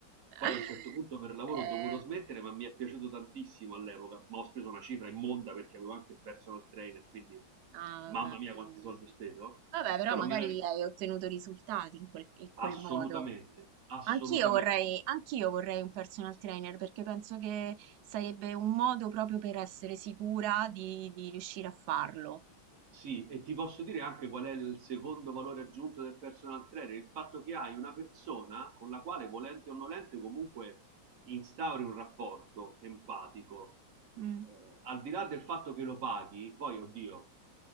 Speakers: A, on the right (about 75°); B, on the right (about 50°).
A: <laughs>
B: poi a un certo punto per lavoro
A: Eh,
B: ho dovuto smettere, ma mi è piaciuto tantissimo all'epoca, ma ho speso una cifra immonda perché avevo anche il personal trainer, quindi
A: ah,
B: mamma
A: ah, vabbè,
B: mia
A: quindi.
B: quanti soldi ho speso,
A: Vabbè, però
B: però
A: magari
B: me la ricordo
A: hai ottenuto risultati in quel, in quel
B: assolutamente,
A: modo.
B: assolutamente.
A: Anch'io vorrei, anch'io vorrei un personal trainer perché penso che sarebbe un modo proprio per essere sicura di, di riuscire a farlo.
B: Sì, e ti posso dire anche qual è il secondo valore aggiunto del personal trainer, il fatto che hai una persona con la quale, volente o nolente, comunque instauri un rapporto empatico.
A: Mm,
B: Eh, al di là del fatto che lo paghi, poi, oddio,